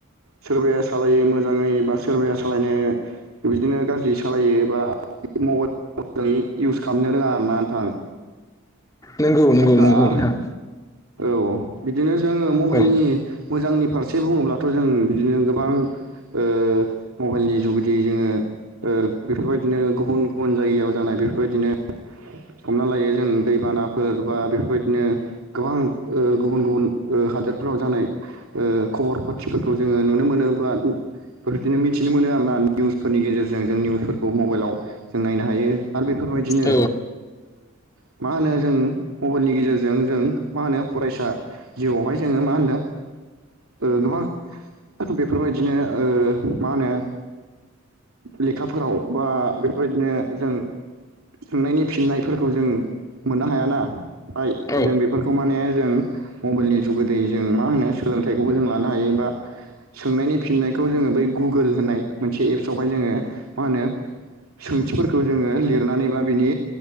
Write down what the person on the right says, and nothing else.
सोरबाया सालायो मोजाङै बा सोरबाया सालायनो बिदिनो गाज्रि सालायो बा मबाइल इउस खालामनो रोङा आरोना नोंथां
आरो
औ बिदिनो जोङो मबाइलनि
मोजांनि फारसे बुङोब्लाथ' जों बिदिनो गोबां ओ मबाइलनि जुगेदि जोङो ओ गुबुन जायगायाव जानाय बेफोरबायदिनो हमना लायो दैबानाफोर बा बेफोरबायदिनो गोबां ओ गुबुन गुबुन ओ हादोरफोराव जानाय ओ खबर पाथिफोरखौ जोङो नुनो मोनो बा बेफोरदिनो मिथिनो मोनो आर ना निउसफोरनि गेजेरजों जों निउसफोरखौ मबाइलाव जों नायनो हायो आरो बेफोरबायदिनो
ओ होनो जों मबाइलनि गेजेरजों जों मा होनो फरायसा जिउआवहाय जोङो मा होनदों ओ गोबां बेफोरबायदिनो ओ मा होनो लेखाफोराव बा बेफोरबायदिनो जों सोंनायनि फिननायफोरखौ जों मोननो हायाना फाय
जों बेफोरखौ माने जों मबाइलनि जुगोदै जों मा होनो स फिथाइखौबो जों लानो हायो बा सोंनायनि फिननायखौ जोङो बै गुगोल होननाय मोनसे एप्सआवहाय जोङो मा होनो सोंथिफोरखौ जोङो लिरनानै बा बिनि